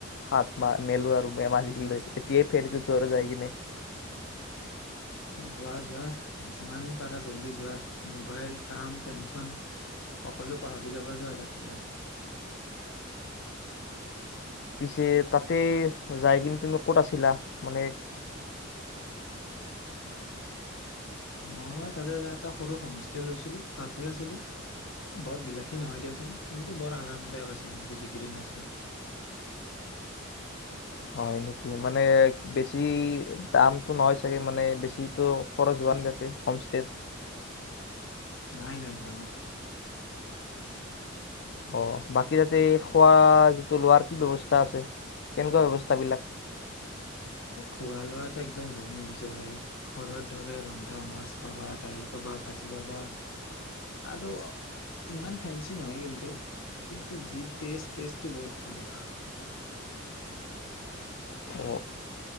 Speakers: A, on the left; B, on the left.
A: হাত মা মেলো আৰু মাজুলীলৈ এতিয়াই ফেৰটো ঘৰে যাই কি ন
B: যোৱা যোৱা যিমান পাৰা জল্দি যোৱা মোবাইল কাম টেনচন সকলো পাহৰি যাব যোৱা তাতে যায়
A: পিছে তাতে যাই কিন্তু তুমি ক'ত আছিলা মানে
B: মই তাতে এটা সৰু হোমষ্টে লৈছিলো তাতে আছিলো বৰ বিলাসী নহয় দিয়াচোন কিন্তু বৰ আৰামদায়ক আছিলো কিন্তু যি কেইদিন আাছো
A: হয় নেকি মানে বেছি দামতটো নহয় চাগে মানে বেছিতো খৰচ হোৱা নাই তাতে হোমষ্ট
B: নাই নাই যোৱা নাই
A: অ বাকী তাতে খোৱা যিটো লোৱাৰ কি ব্যৱস্থা আছে কেনেকুৱা ব্যৱস্থা বিলাক
B: এই খোৱা লোৱাটো একদম জমি হৈছে ভাই ঘৰৰ দৰে ৰন্ধা মাছ পাবা দাইল পাবা ভাজি পাবা আৰু ইমান ফেঞ্চি নহয় কিন্তু কিন্তু যি টেষ্ট টেষ্টটো বহুত ধুনীয়া
A: অ